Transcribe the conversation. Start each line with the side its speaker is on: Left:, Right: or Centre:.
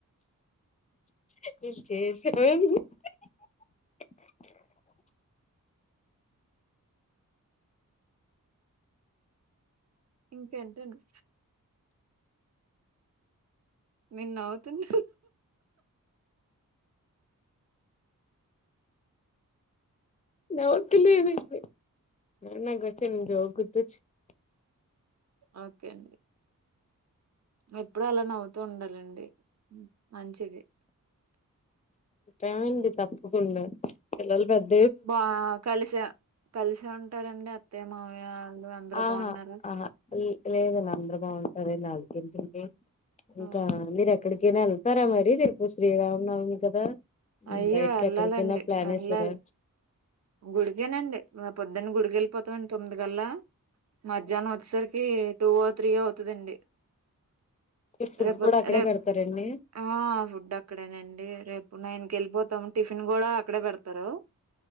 Left: చేసాం
Right: ఇంకేంటండి నేను నవ్వుతున్న
Left: నవ్వుతలేను ఏమి నాకు చిన్న జోక్ గుర్తుకొచ్చింది.
Right: ఓకే అండి ఎప్పుడు అలా నవ్వుతూ ఉండాలండి మంచిది
Left: అండి తప్పకుండా పిల్లలు పెద్ద
Right: బా కలిసా కలిసే ఉంటారండి అత్తయ మామయా వాళ్ళు అందరు
Left: ఆహా
Right: బాగున్నారా
Left: ఆహా లేదండి అందరు బాగుంటారం నాలుకి తిడి
Right: ఆ,
Left: ఇంకా మీరు ఎక్కడికినా తర మరి రేపు శ్రీరామనవమి కదా
Right: అయ్యో
Left: బయటికి
Right: వెళ్ళాలండి
Left: ఎక్కడికైనా ప్లాన్
Right: వెళ్ళాలి
Left: వేస్తారా
Right: గుడికేనండి మా పొద్దున్న గుడికి వెళ్ళిపోతామండి తొమ్ది కల్లా మధ్యాహ్నం వచ్చేసరికి టూ త్రీ అవుతుదండి
Left: ఫుడ్
Right: రేపు
Left: కూడా అక్కడే
Right: రేపు
Left: పెడతారండి
Right: ఆ ఫుడ్ అక్కడేనండి రేపు నైన్ కి వెళ్ళిపోతాము టిఫిన్ కూడా అక్కడే పెడతారు